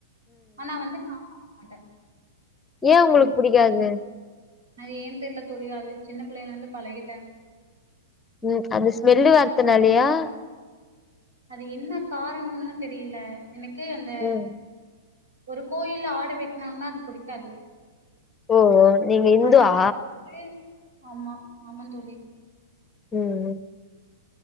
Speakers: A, on the right; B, on the left.
A: ஆனா வந்து <inaudible> அட
B: ஏன் உங்ளுக்கு புடிக்காது
A: அது ஏன் தெரில தோழி அது சின்ன பிள்ளைலருந்து பழகிட்டே
B: உம் அந்த ஸ்மெல்லு வரத்துனாலையா?
A: அது என்ன காரணனு தெரில எனக்கு அந்த
B: ம்
A: ஒரு கோயில்ல ஆடு வெட்னாங்கனா அது புடிக்காது
B: ஓ நீங்க இந்துவா
A: அதனால வந்து ஆமா ஆமா தோழி
B: ம்